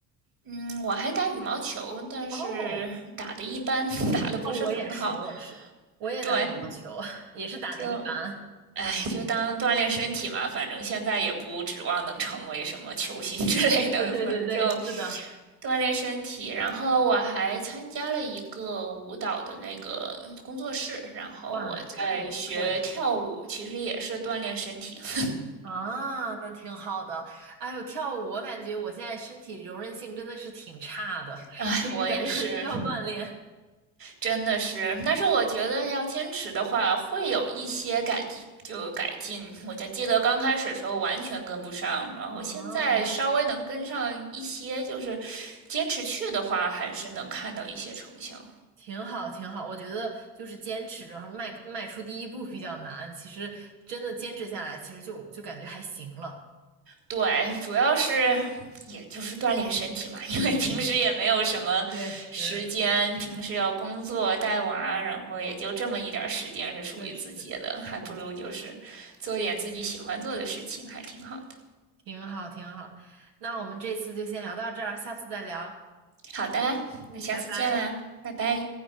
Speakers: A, on the right (about 45°); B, on the right (about 80°).
A: 嗯，我还打羽毛球，但是打的一般，
B: 哦，
A: <laughs> 打的不是很好。
B: 哦，我也是，我也是，我也打羽毛球，
A: 对，
B: <laughs> 也是打的一般。
A: 就哎，就当锻炼身体嘛，反正现在也不指望能成为什么球星之类的，
B: <laughs> 对对对对，
A: 反正就
B: 是的。
A: 锻炼身体。然后我还参加了一个舞蹈的那个工作室，然后我在学跳舞，
B: 哇，那很不错呀。
A: 其实也是锻炼身体。<laughs>
B: 啊，那挺好的。哎呦，跳舞我感觉我现在身体柔韧性真的是挺差的，
A: 哎，
B: 就是感觉很需要锻炼。
A: 我也是
B: <laughs>
A: 真的是，但是我觉得要坚持的话，会有一些改进，就改进。我就记得刚开始的时候完全跟不上，然后现在稍微能跟上一些，
B: 啊，
A: 就是坚持去的话，还是能看到一些成效。
B: 挺好，挺好。我觉得就是坚持着，然后迈迈出第一步比较难。其实真的坚持下来，其实就就感觉还行了。
A: 对，主要是也就是锻炼身体嘛，因为平时也没有什么时间，
B: 确实，
A: 平时要工作带娃，然后也就这么一点儿时间是属于自己的，
B: 确实，
A: 还不如就是做一点自己喜欢做的事情，
B: 确实。
A: 还挺好的。
B: 挺好，挺好。那我们这次就先聊到这儿，下次再聊。
A: 好的，
B: 嗯，
A: 那下次见啦，
B: 拜拜。
A: 拜拜。